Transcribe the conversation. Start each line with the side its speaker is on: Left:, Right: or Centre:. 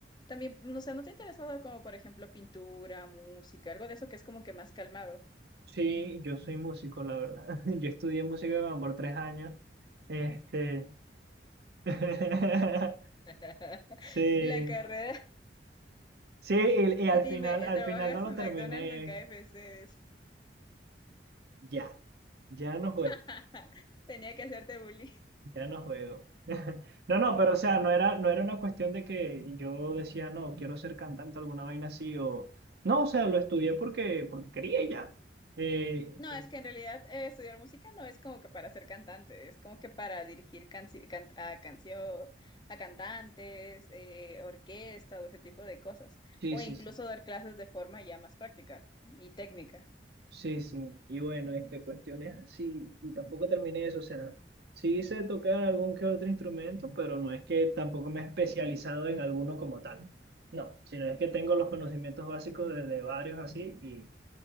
Left: también, no sé, ¿no te ha interesado como, por ejemplo, pintura, música, algo de eso que es como que más calmado?
Right: Sí, yo soy músico, la verdad. <laughs> Yo estudié música como por tres años. Este, <laughs>
Left: <laughs>
Right: sí.
Left: La carrera,
Right: Sí, y, y
Left: y
Right: al
Left: dime,
Right: final,
Left: eh,
Right: al
Left: ¿trabajas
Right: final no lo
Left: en
Right: terminé
Left: McDonald's o en KFC?
Right: ya. Ya no juego,
Left: <laughs> Tenía que hacerte bullying.
Right: ya no juego. <laughs> No, no, pero o sea, no era, no era una cuestión de que yo decía, no, quiero ser cantante, alguna vaina así, o no, o sea, lo estudié porque, porque quería y ya. Eh,
Left: No,
Right: eh,
Left: es que en realidad eh, estudiar música no es como que para ser cantante, es como que para dirigir canci- can- a canción, a cantantes, eh, orquesta, o ese tipo de cosas.
Right: sí,
Left: O
Right: sí,
Left: incluso
Right: sí.
Left: dar clases de forma ya más práctica y técnica.
Right: Sí, sí, y bueno, este, cuestiones así, y tampoco terminé eso, o sea, sí hice tocar algún que otro instrumento, pero no es que tampoco me he especializado en alguno como tal, no, sino es que tengo los conocimientos básicos de, de varios así, y,